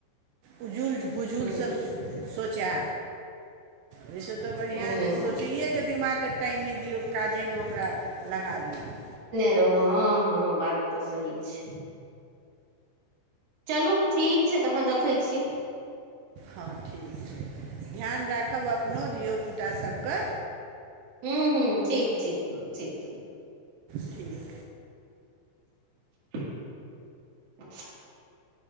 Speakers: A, on the right (about 85°); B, on the right (about 50°).
A: उजुल बुजुल
B: हूँ
A: सब सौचा ओहिसे तऽ बढ़ियां
B: हूँ
A: जे सोचैएके दिमागके टाइम नहि दियौ काजेमे ओकरा लगा दियौ
B: त हाँ हाँ बात तऽ सही छै चलू ठीक छै तखन रखै छी
A: हँ ठीक छै ध्यान राखब अपनो धियपुताभके
B: हूँ हूँ ठीक ठीक ठीक
A: ठीक
B: <unintelligible>